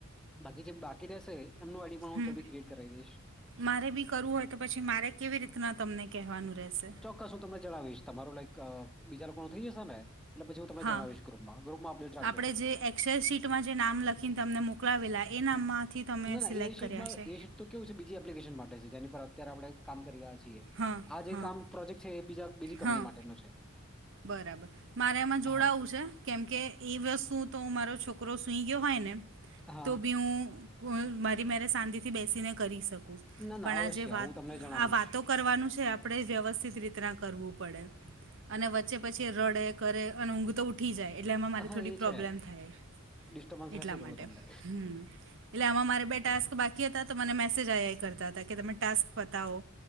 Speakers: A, in the centre; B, on the right (about 60°).
A: બાકી જે બાકી રહેશે એમનું આડી પણ હું
B: હમ
A: જલ્દી ક્રિએટ કરાવી દઈશ.
B: મારે બી કરવું હોય તો પછી મારે કેવી રીતના તમને કહેવાનું રહેશે?
A: કશું તમને જણાવીશ તમારું લાઈક બીજા લોકો થઈ જશે ને પછી હું તમને
B: હા
A: જણાવીશ ગ્રુપમાં. ગ્રુપમાં અપડેટ રાખજો
B: આપણે
A: ખાલી.
B: જે એક્સ એલ સીટમાં જે નામ લખીને તમને મોક લાવેલા એ નામમાંથી તમે
A: ના, ના
B: સિલેક્ટ
A: એ શીટમાં
B: કર્યા?
A: એ
B: છે
A: તો કેવું છે બીજી એપ્લિકેશન માટે છે જેની પર અત્યારે આપણે કામ કરી રહ્યા છીએ
B: હા
A: આ જે
B: હા
A: કામ પ્રોજેક્ટ છે એ બીજા બીજી કંપની
B: હા
A: માટેનો છે.
B: બરાબર મારે એમાં જોડાવું
A: હા,
B: છે કેમકે એ વસ્તુ તો હું મારો છોક છોકરો સૂઈ ગયો હોય ને
A: હા.
B: તો બી હું મારી મેરે શાંતિથી બેસીને કરી શકું.
A: ના,
B: પણ
A: ના અવશ્ય
B: આ જે વાત
A: હું તમને જણાવીશ.
B: વાતો કરવાનું છે આપણે વ્યવસ્થિત રીતના કરવું પડે અને વચ્ચે પછી રડે કરે અને ઊંઘતો ઉઠી જાય એટલે એમાં મારે
A: હા,
B: થોડી
A: એ
B: પ્રોબ્લેમ
A: છે
B: થાય.
A: ડિસ્ટર્બન્સ
B: એટલા
A: રહેશે થોડું
B: માટે
A: તમને.
B: હમ એટલે આમાં મારે
A: ઓકે.
B: બે ટાસ્ક બાકી તો મને મેસેજ આ કરતા હતા કે તમે ટાસ્ક પતાવો